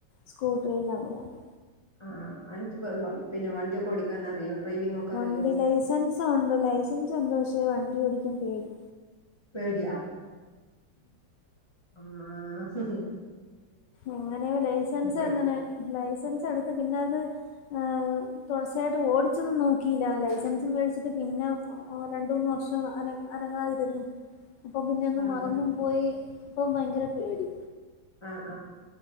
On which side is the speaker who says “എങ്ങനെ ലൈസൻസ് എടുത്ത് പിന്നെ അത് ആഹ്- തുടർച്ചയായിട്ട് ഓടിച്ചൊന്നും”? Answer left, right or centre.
Left